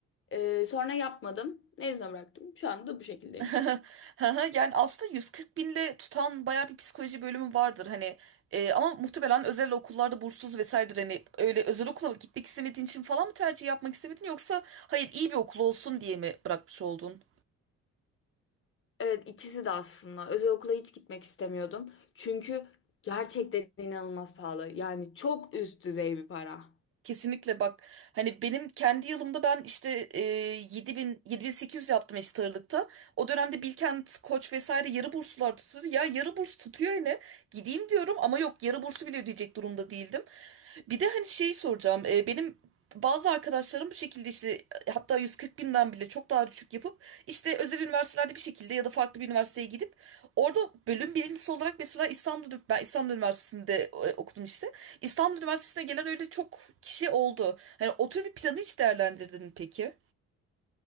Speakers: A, on the left; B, on the right.
A: Ee, sonra yapmadım. Mezuna bıraktım. Şu anda da bu şekildeyim.
B: <laughs> Haha, Yani aslında 140 binle tutan bayağı bir psikoloji bölümü vardır hani E, ama muhtemelen özel okullarda bursuz vesairedir hani öyle özel okula mı gitmek istemediğin için falan mı tercih yapmak istemedin yoksa hayır iyi bir okul olsun diye mi bırakmış oldun?
A: Evet ikisi de aslında. Özel okula hiç gitmek istemiyordum. Çünkü gerçekten inanılmaz pahalı. Yani çok üst düzey bir para.
B: Kesinlikle bak hani benim kendi yılımda ben işte e, 7000 7800 yaptım eşit ağırlıkta. O dönemde Bilkent, Koç vesaire yarı burslar tutuyordu. Ya yarı burs tutuyor yine. Gideyim diyorum ama yok yarı bursu bile ödeyecek durumda değildim. Bir de hani şeyi soracağım. E, benim Bazı arkadaşlarım bu şekilde işte hatta 140 binden bile çok daha düşük yapıp işte özel üniversitelerde bir şekilde ya da farklı bir üniversiteye gidip orada bölüm birincisi olarak mesela İstanbul, ben İstanbul Üniversitesi'nde e, okudum işte. İstanbul Üniversitesi'ne gelen öyle çok kişi oldu. Hani o tür bir planı hiç değerlendirdin mi peki?